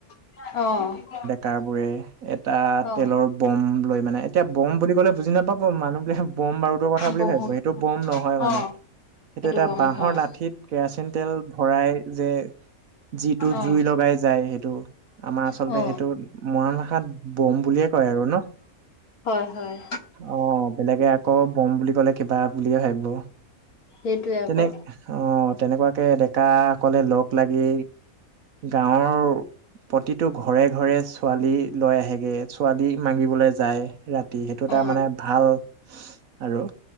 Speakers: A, on the left; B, on the right.
A: অ'।
B: তাৰবোৰে এটা
A: অ
B: তেলৰ বম লৈ মানে এতিয়া বম বুলি ক'লে বুজি নাপাব মানুহবিলাকে বম বাৰুতো
A: বহুত
B: ভাবিব সেইটো বম নহয় মানে।
A: অ
B: সেইটো এটা
A: গম
B: বাঁহৰ
A: নহয়
B: লাঠিত কেৰাচিন তেল ভৰাই যে যিটো
A: অ
B: জুই লগাই যায় সেইটো আমাৰ আচলতে
A: অ
B: সেইটো মৰাণ ভাষাত বম বুলিয়ে কয় আৰু ন?
A: হয় হয়
B: অহ বেলেগে আকৌ বম বুলি কলে কিবা বুলিয়ে ভাবিব,
A: সেইটোৱে
B: তেনে
A: আকৌ
B: অ' তেনেকুৱাকে ডেকা সকলে লগ লাগি গাঁৱৰ প্ৰতিটো ঘৰে ঘৰে ছোৱালী লৈ আহেগে ছোৱালী মাগিবলৈ যায়। ৰাতি সেইটো এটা
A: অ
B: মানে ভাল আৰু।